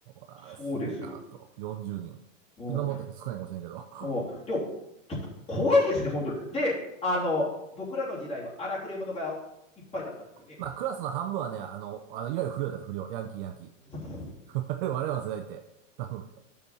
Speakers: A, on the right; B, on the left.
A: あれすげえなと。
B: そうですよ。
A: 40人。
B: うん、
A: 今もっと少ないかもしれないけど。
B: おでも、ちょっと怖いですね、本当に。で、あの、僕らの時代は荒くれ者がいっぱいだったんですよね。
A: <laughs> まあ、クラスの半分はね、あの、あのいわゆる不良だった不良。ヤンキー、ヤンキ
B: <laughs>
A: ー。<laughs> 我々の世代って。多分